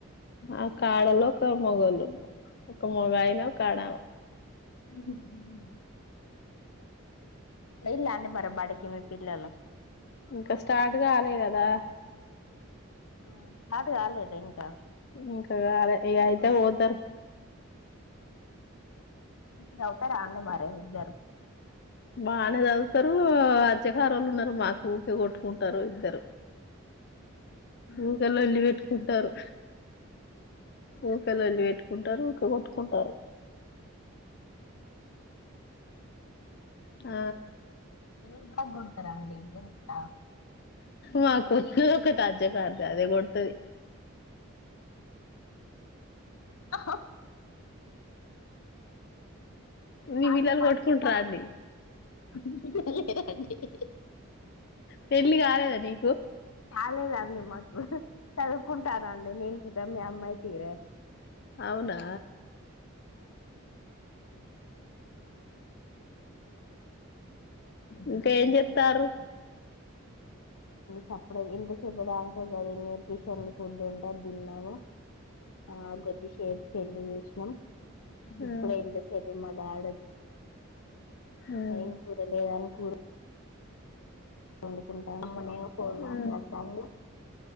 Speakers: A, on the left (about 50°); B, on the left (about 85°).
A: ఆ కాడలో ఒక మొగోళ్ళు ఒక మొగాయిన ఒకాడమ
B: అ పొయ్యిల్లా అండి మరి బడికి మీ పిల్లలు
A: ఇంకా స్టార్ట్ గాలే గదా
B: ఆ స్టార్ట్ కాలేదా ఇంకా
A: ఇంక గాలె ఇగ అయితే బోతరు
B: సవుతరా అండి మరే ఇద్ద
A: బానే చదువుతరు అజ్యకారోళ్ళున్నరు మాకు ఊకే కొట్టుకుంటారు ఇద్దరు ఊకే లొల్లి పెట్టుకుంటారు ఊరికే లొల్లి పెట్టుకుంటారు ఊకే కొట్టుకుంటారు ఆ
B: ఎవరు బాగొడతరండి ఇద్దరిట్ల
A: మాకొచ్చేదొకటది అజ్యకారుది అదే కొడుతది
B: ఆ పాపం
A: మీ పిల్లలు కొట్టుకుంటారా అండి పెళ్లి గాలేదా నీ
B: కాలేదండి మాకు చదువుకుంటా నండి నేన్ చుత మీ అమ్మాయి తీరే
A: అవునా ఇంక ఏం చేత్తార్రు
B: సప్పుడే ఇంత సెబుడాంకె గదే న్యూట్రిషను ఫుడ్డుంటే అద్ దిన్నాము ఆ గొద్దిషే పెళ్లి జేషిణం
A: ఆ
B: ఇప్పుడే ఇంతసేపు మాడాడ్
A: ఆ
B: ఏం కూరలేదని కూర వండుకుంటాను ఫోన్ మాట్లాడుతాంది
A: ఆ